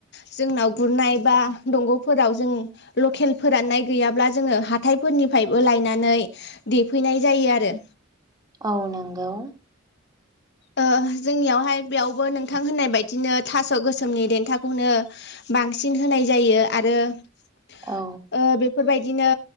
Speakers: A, on the left (about 55°); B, on the right (about 20°).
A: जोंनाव गुरनाय बा दंगफोराव जों लकेल फोराननाय गैयाब्ला जोङो हाथायफोरनिफ्रायबो लायनानै देफैनाय जायो आरो।
B: औ नांगौ।
A: ओ जोंनियावहाय बेयावबो नोंथां होननाय बायदिनो थास' गोसोमनि देन्थाखौनो बांसिन होनाय जायो आरो-
B: औ
A: ओ बेफोरबाय बिदिनो